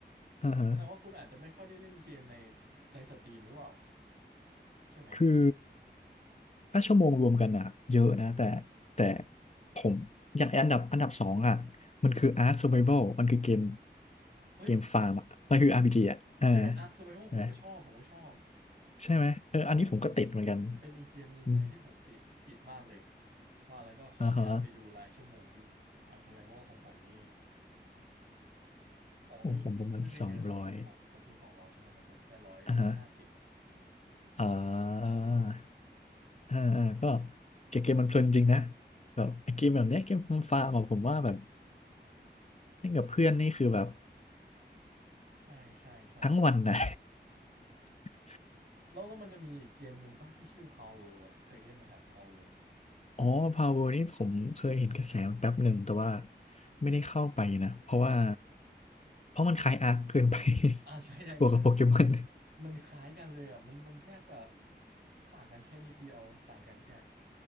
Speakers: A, on the left; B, on the right.
A: อ่าฮะ
B: แสดงว่าคุณอาจจะไม่ค่อยได้เล่นเกมในในสตรีมหรือเปล่าใช่ไหม
A: คือถ้าชั่วโมงรวมกันอ่ะเยอะนะแต่แต่ผมอย่างไอ้อันดับอันดับสองอ่ะมันคือ Ark Survival มันคือเกม
B: เฮ้ย
A: เกมฟาร์มอ่ะมันคือ RPG อ่ะอ่า
B: เอ้ยอาร์คเซอร์ไววัลผมก็ชอบผมก็ชอบ
A: ใช่ไหมใช่ไหมเอออันนี้ผมก็ติดเหมือนกัน
B: โอ้โหเป็นอีกเกมหนึ่งเลยที่ผมติดติดมากเลย
A: อม
B: ว่าแล้วก็ขออนุญาตไปดูรายชั่วโมงสิอัง
A: อ่าฮะ
B: s u r v i v a l ของผมนี่อ๋อไม่ไม่ไม่เยอะเท่าคุณของของคุณสองร้อยใช่ไหมของผมแค่ร้อยร้อยห้าสิบ
A: ผมผมประมาณสองร้อยอ่าฮะอ่าอ่าอ่าก็เกมเกมมันเพลินจริงนะแบบไอ้เกมแบบเนี้ยเกมฟาร์มฟาร์มอะผมว่าแบบเล่นกับเพื่อนนี่คือแบบ
B: ใช่ใช่ใช่
A: ทั้งวันนะ <laughs>
B: แล้วแล้วมันจะมีอีกเกมหนึ่งป่ะที่ชื่อ Power World อะเคยเล่นไหมครับ Power World
A: อ๋อพาวเวอร์นี่ผมเคยเห็นกระแสนแป๊บหนึ่งแต่ว่า
B: อืม
A: ไม่ได้เข้าไปนะเพราะว่าเพราะมันคล้ายอาร์คเกินไป
B: อ่าใช่ใช่มัน
A: <laughs> บวกกับโปเกมอน
B: มันคล้ายกันเลยอ่ะมันมันแทบจะต่างกันแค่นิดเดียวต่างกันแค่